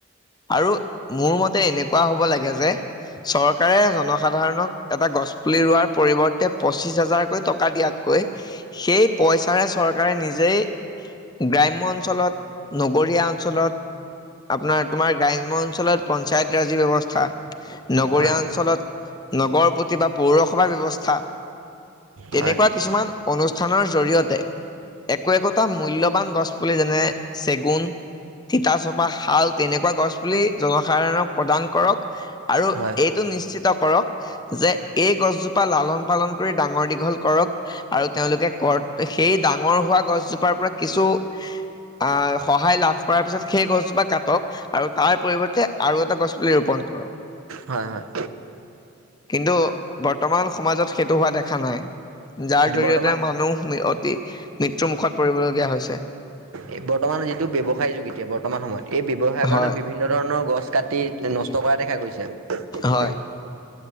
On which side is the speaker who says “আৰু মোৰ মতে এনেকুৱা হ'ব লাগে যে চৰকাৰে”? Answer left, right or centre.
Left